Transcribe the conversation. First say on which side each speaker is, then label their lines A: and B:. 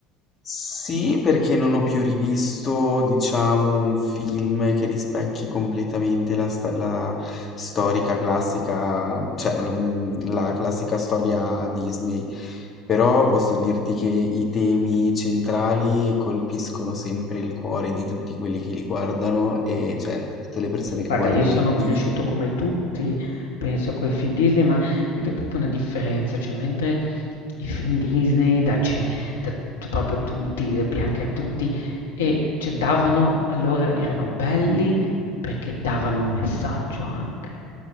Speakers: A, on the left (about 30°); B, on the left (about 70°).
A: Sì, perché non ho più rivisto, diciamo, un film che rispecchi completamente la, sta- la storica classica, cioè mm, la classica storia Disney. Però posso dirti che i temi centrali colpiscono sempre il cuore di tutti quelli che li guardano e cioè di tutte le persone che
B: Guarda,
A: guardano
B: io sono
A: i
B: cresciuto
A: film.
B: come tutti, penso, coi film Disney, ma vedo proprio una differenza, cioè mentre i film Disney, da, ce- da t- proprio tutti, da Bianca e tutti, e cioè, davano, allora erano belli perché davano un messaggio anche.